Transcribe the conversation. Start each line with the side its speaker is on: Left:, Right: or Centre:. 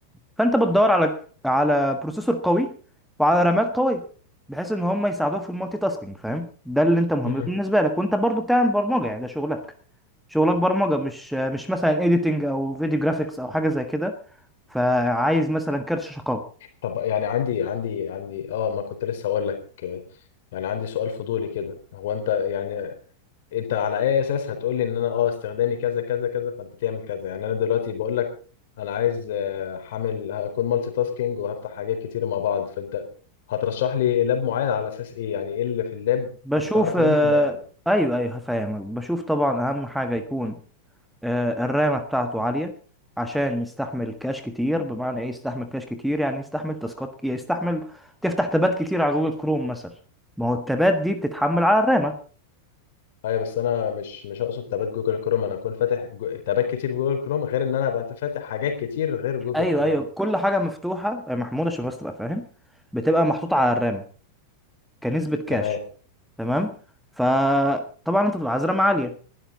Centre: فانت بتدور على على بروسيسور قوي وعلى رامات قويه بحيث ان هم يساعدوك في المالتي تاسكينج فاهم ده اللي انت مهم
Left: مم.
Centre: بالنسبه لك وانت برضو بتعمل برمجه يعني ده شغلك شغلك برمجه مش مش مثلا اديتنج او فيديو جرافيكس او حاجه زي كده فعايز مثلا كارت شاشه قوي
Left: طب يعني عندي عندي عندي اه ما كنت لسه هقول لك آه، يعني عندي سؤال فضولي كده هو انت يعني انت على اي اساس هتقول لي ان انا اه استخدامي كذا كذا كذا فانت تعمل كذا يعني انا دلوقتي بقول لك انا عايز آه، حامل هكون مالتي تاسكينج وهفتح حاجات كتير مع بعض فانت هترشح لي لاب معين على اساس ايه يعني ايه اللي في اللاب
Centre: بشوف
Left: بتعرف
Centre: آه،
Left: منه ان
Centre: ايوه ايوه هفهمك بشوف طبعا اهم حاجه يكون آه، الرامه بتاعته عاليه عشان يستحمل كاش كتير بمعنى ايه يستحمل كاش كتير يعني يستحمل تاسكات يعني يستحمل تفتح تابات كتير على جوجل كروم مثلا ما هو التابات دي بتتحمل على الرامه
Left: ايوه بس انا مش مش اقصد تابات جوجل كروم انا هكون فاتح جو... تابات كتير في جوجل كروم غير ان انا ابقى فاتح حاجات كتير غير جوجل
Centre: ايوه
Left: كروم
Centre: ايوه كل حاجه مفتوحه يا محمود عشان بس تبقى فاهم بتبقى محطوطه على الرامه كنسبه كاش
Left: تمام
Centre: تمام فطبعا انت بتبقى عايز رامه عاليه